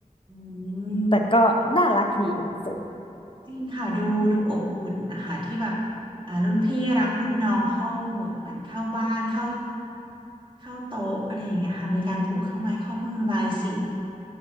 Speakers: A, on the right; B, on the left.
A: อื
B: ๆแต่ก็น่ารักดีสุด
A: มจริงค่ะดูดูอบอุ่นนะคะที่แบบอ่ารุ่นพี่รับรุ่นน้องเข้าเหมือนเข้าบ้านเข้าเข้าโต๊ะอะไรอย่างเงี้ยค่ะมีการผูกข้อไม้ข้อมือบายสี